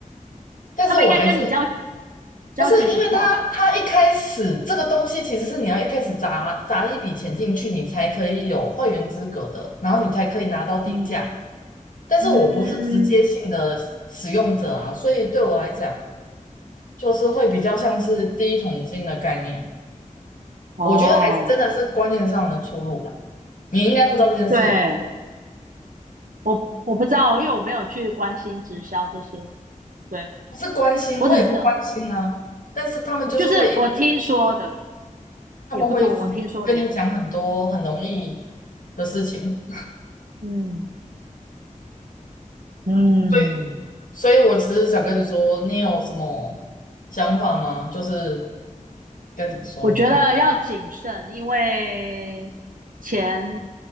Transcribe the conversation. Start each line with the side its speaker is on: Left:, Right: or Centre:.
Left: 但是我还是
Right: 他们应该跟你交交情不错吧？
Left: 不是，因为他，他一开始这个东西其实是你要一开始砸砸一笔钱进去，你才可以有会员资格的，然后你才可以拿到低价。
Right: 嗯
Left: 但是我不是直接性的使用者啊，
Right: 嗯，
Left: 所以对我来讲，就是会比较像是第一桶金的概念。
Right: 哦。
Left: 我觉得还是真的是观念上的出入啦。你应该不知道这件事吧？
Right: 对，我我不知道，因为我没有去关心直销这些。对，
Left: 不是关心，
Right: 我只知道，
Left: 我也不关心啊。但是他们就是会一，
Right: 就是我听说的
Left: 他们会一直跟你讲很多很容易
Right: 也不多，我听说的也不多。
Left: 的事情。
Right: 嗯，嗯，
Left: 所以。所以我只是想跟你说，你有什么想法吗？就是该怎么说呢
Right: 我觉得要谨慎，因为钱